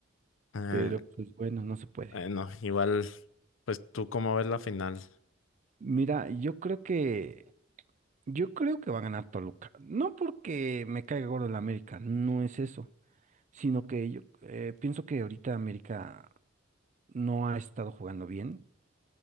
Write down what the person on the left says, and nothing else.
eh,
eh, no, igual, pues tú cómo ves la final.